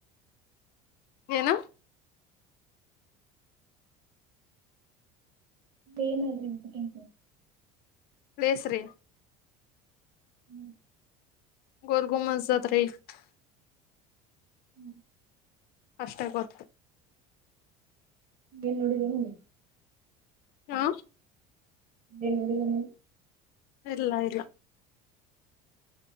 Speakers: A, on the left (about 60°); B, on the right (about 55°).
A: ಏನು
B: ಏನಾದ್ರೂ <unintelligible>
A: ಪ್ಲೇಸ್ರೀ
B: ಹ್ಮ್,
A: ಗೋಲ್ ಗುಂಬಜ್ ಹತ್ರ <unintelligible>
B: ಹ್ಮ್ <inaudible>
A: ಅಷ್ಟೇ ಗೊತ್ತು,.
B: ಏನ್ ನೋಡಿದೇನೆ?
A: ಹಾ,
B: ದಿನ್ ದಿನನು <unintelligible>
A: ಇಲ್ಲ, ಇಲ್ಲ